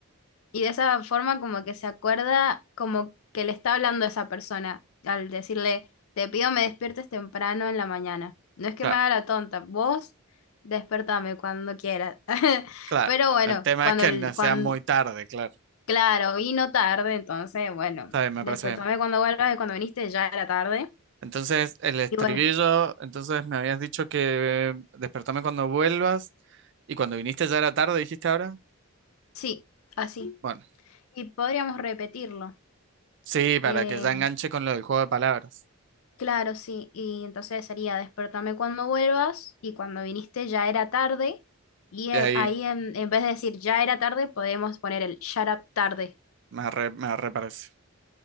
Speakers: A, on the left (about 75°); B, on the right (about 55°).
A: y de esa forma como que se acuerda como que le está hablando a esa persona al decirle, te pido me despiertes temprano en la mañana. No es que
B: Claro.
A: me haga la tonta, vos despertame cuando quieras. <laughs>
B: Claro,
A: Pero bueno,
B: el tema
A: cuando,
B: es que
A: el-
B: no sea
A: cuando,
B: muy tarde, claro.
A: claro, vino tarde, entonces, bueno,
B: Está bien, me
A: despertame
B: parece bien.
A: cuando vuelvas y cuando viniste ya era tarde.
B: Entonces, el estribillo,
A: Y bueno,
B: entonces me habías dicho que eh, despertame cuando vuelvas y cuando viniste ya era tarde, dijiste ahora.
A: sí, así.
B: Bueno,
A: Y podríamos repetirlo.
B: sí, para
A: Eh,
B: que ya enganche con lo del juego de palabras.
A: claro, sí. Y entonces sería despertame cuando vuelvas y cuando viniste ya era tarde. Y
B: Y
A: eh,
B: ahí
A: ahí en, en vez de decir ya era tarde, podemos poner el shut up tarde.
B: me arre, me arre parece.